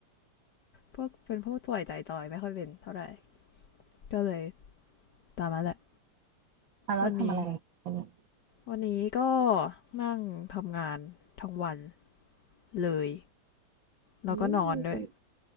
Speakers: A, on the left; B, on the right.
A: พวกเป็นพวกถ่วยใจจอยไม่ค่อยเป็นเท่าไหร่ก็เลยตามมาแหละ
B: ๆอ่ะแล้วทำอะไรกันเนี่ย
A: วันนี้วันนี้ก็นั่งทำงานทั้งวันเลยแล้วก็นอนด้วย
B: อืม